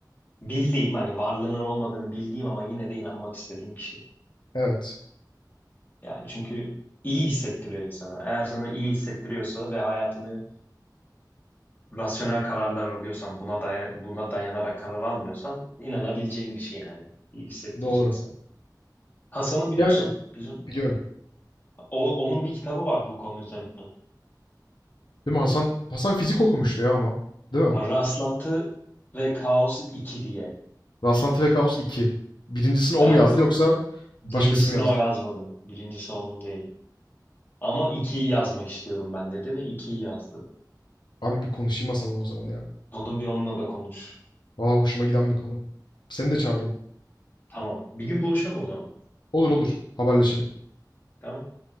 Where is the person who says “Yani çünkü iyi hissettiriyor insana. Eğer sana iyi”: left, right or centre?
Left